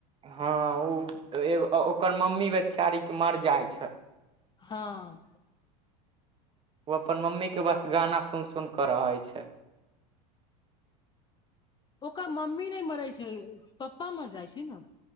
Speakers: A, on the right (about 25°); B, on the left (about 20°).
A: हँ, ओ ओकर मम्मी बेचारी के मर जाइ छै।
B: हँ।
A: ओ अपन मम्मी के बस गाना सुन सुन के रहे छै।
B: ओकर मम्मी नहि मरै छै पप्पा मर जाइ छै ने।